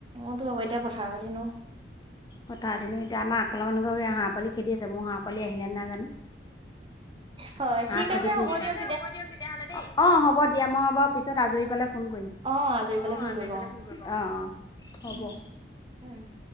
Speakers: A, on the right (about 30°); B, on the left (about 20°).
A: অ তো আকৌ এতিয়া পথাৰৰ দিনো।
B: পথাৰৰ দিনো, এতিম এতিয়া আমাৰ আগ ফালৰ মানুহঘৰে হাঁহ পোৱালি খেদি আছে, মোৰ হাঁহ পোৱালি আহিলে নে নাই জানো।
A: হয়
B: হাঁহক
A: ঠিক
B: খেদি
A: আছে
B: ফুৰিছে।
A: হ'ব
B: ঠিক
A: দিয়ক
B: আছে হ'ব দিয়ক তেতিয়াহলে দেই। অঁ হব দিয়া মই বাৰু পিছত আজৰি পালে ফোন কৰিম।
A: অ আজৰি পেলাই
B: অঁ
A: ফোন
B: আজৰি
A: কৰিব
B: পালে
A: অ
B: ফোন কৰিব। অ অ
A: উম
B: হ'ব।
A: উম।